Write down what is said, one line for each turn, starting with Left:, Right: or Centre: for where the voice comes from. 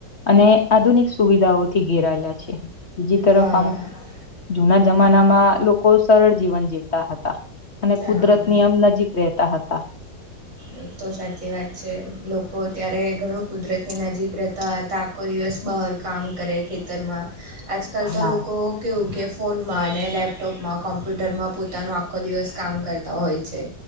Left: અને આધુનિક સુવિધાઓથી ઘેરાયેલા છે. બીજી તરફ
Right: હા
Left: આમ જુના જમાનામાં લોકો સરળ જીવન જીવતા હતા. અને કુદરત
Right: હા
Left: ની આમ નજીક રહેતા હતા.
Right: એ તો સાચી વાત છે લોકો ત્યારે ઘણું કુદરતની નજીક રહેતા હતા. આખો દિવસ બહાર કામ કરે ખેતરમાં આજકાલ
Left: હા
Right: તો લોકો કેવું કે ફોનમાં અને લેપટોપમાં કોમ્પ્યુટરમાં પોતાનો આખો દિવસ કામ કરતા હોય છે.